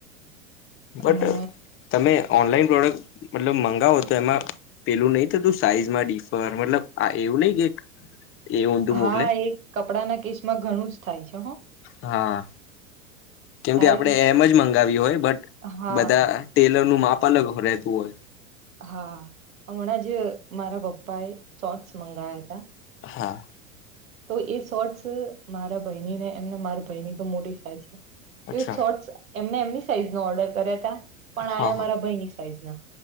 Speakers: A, on the left; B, on the right.
A: બટ
B: અને
A: તમે ઓનલાઈન પ્રોડક્ટ મતલબ મંગાવો તો એમાં પેલું નહિ થતું સાઈઝમાં ડિફર. મતલબ આ એવું નહિ કે એ ઊંધું
B: હા,
A: મોકલે
B: એ કપડા ના કેસ માં ઘણું જ થાય છે હો
A: હા. કેમકે
B: સાઈઝ
A: આપણેે એમ જ મંગાવી હોય. બટ
B: હા
A: બધા ટેલર નું માપ અલગ હો રહેતું હોય.
B: હા, હમણાં જ મારા પપ્પા એ શોર્ટસ મંગાયા હતા.
A: હોય હા.
B: તો એ શોર્ટસ મારા ભઈનીને એમને મારા ભઈની તો મોટી સાઈઝ છે.
A: અચ્છા
B: એ શોર્ટસ એમને એમની સાઈઝ નો ઓર્ડર કર્યા હતા. પણ
A: હા
B: આયા
A: હા
B: મારા ભાઈની સાઈઝ ના.